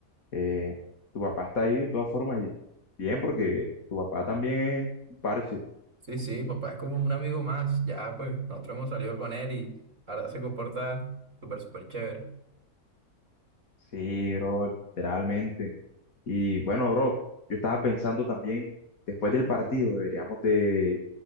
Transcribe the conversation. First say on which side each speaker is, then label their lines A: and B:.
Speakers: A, on the left; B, on the right.
A: eh, tu papá está ahí de todas formas y bien, porque tu papá también es un parche.
B: Sí, sí, papá es como un amigo más. Ya, pues, nosotros hemos salido con él y la verdad se comporta súper, súper chévere.
A: Sí, bro, literalmente. Y bueno, bro, yo estaba pensando también, después del partido deberíamos de,